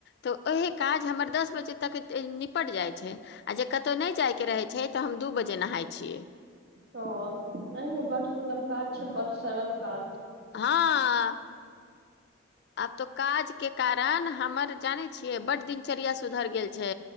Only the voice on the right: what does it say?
त नहि बड सुन्दर काज छै बड सरल का